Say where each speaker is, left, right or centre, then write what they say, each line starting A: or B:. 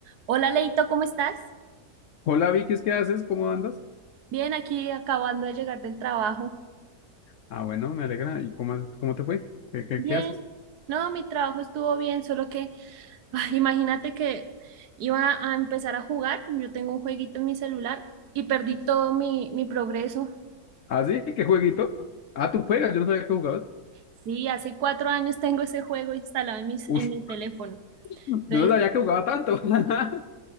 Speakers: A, on the right (about 85°); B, on the left (about 65°).
A: Hola Leito, ¿cómo estás?
B: Hola Vicky, ¿qué haces? ¿Cómo andas?
A: Bien, aquí acabando de llegar del trabajo.
B: Ah, bueno, me alegra. ¿Y cómo, cómo te fue? ¿Qué, qué,
A: Bien.
B: qué haces?
A: No, mi trabajo estuvo bien, solo que ay, imagínate que iba a empezar a jugar. Yo tengo un jueguito en mi celular y perdí todo mi, mi progreso.
B: ¿Ah, sí? ¿Qué jueguito? Ah, tú juegas, yo no sabía que jugabas.
A: Sí, hace cuatro años tengo ese juego instalado en mis,
B: Uf,
A: en mi teléfono.
B: <laughs> yo
A: Entonces,
B: no sabía que jugaba tanto. <laughs>